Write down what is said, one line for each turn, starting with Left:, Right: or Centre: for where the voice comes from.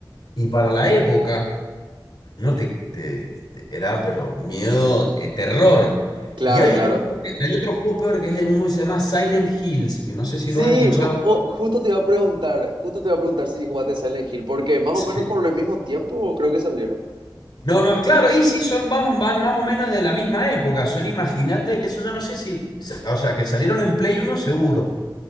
Left: y para la época, no te, te- te- era pero miedo, eh, terror.
Right: Claro,
Left: Y hay
Right: claro.
Left: otro, juego que- hay otro juego peor que es uno que se llama Silent Hills, que no sé si
Right: Sí,
Left: lo has escuchado.
Right: ju- mo- justo te iba a preguntar, justo te iba a preguntar si jugaste Silent Hill, porque más
Left: Sí.
Right: o menos por el mismo tiempo creo que salieron.
Left: No, no, claro, y sí, son, van, van más o menos de la misma época. Son, imagínate, eso yo no sé si, o sea, que salieron en Play uno seguro,